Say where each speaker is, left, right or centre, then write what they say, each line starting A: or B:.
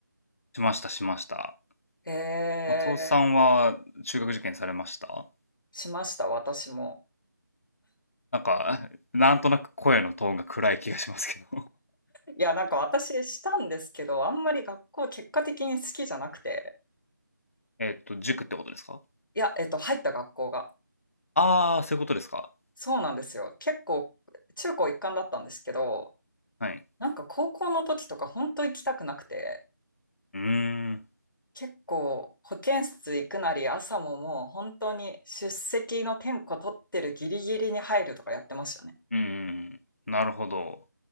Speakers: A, on the left; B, on the left.
A: しました、しました。
B: ええ、
A: 松尾さんは中学受験されました
B: しました、私も。
A: なんか、なんとなく声のトーンが暗い気がしますけど。
B: いや、なんか私したんですけど、あんまり学校結果的に好きじゃなくて、
A: <laughs> えっと、塾ってことですか
B: いや、えっと、入った学校が。
A: ああ、そういうことですか。
B: そうなんですよ。結構、中高一貫だったんですけど、
A: はい。
B: なんか高校の時とか本当行きたくなくて、
A: うーん。
B: 結構保健室行くなり朝ももう本当に出席の点呼取ってるギリギリに入るとかやってましたね。
A: うんうんうんなるほど。